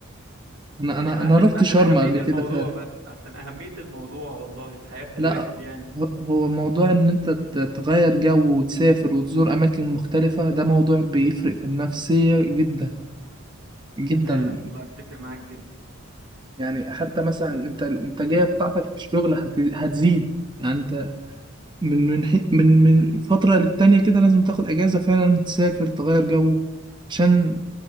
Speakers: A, on the right (about 20°); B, on the right (about 75°).
A: انا
B: يعني
A: انا
B: عشان
A: انا رحت
B: عشان
A: شرم
B: أهمية
A: قبل
B: الموضوع
A: كده فعلا
B: بس عشان أهمية الموضوع والله في حياة
A: لا
B: الواحد يعني
A: ه- هو موضوع ان انت ت- تغير جو وتسافر وتزور اماكن مختلفة ده موضوع بيفرق في النفسية جدا جدا
B: فعلا والله أتفق معاك جدا
A: يعني حتى مثلا انت الانتاجية بتاعتك في الشغل هت- هتزيد يعني انت من من حي- من من فترة للتانية كده لازم تاخد اجازة فعلا تسافر تغير جو عشان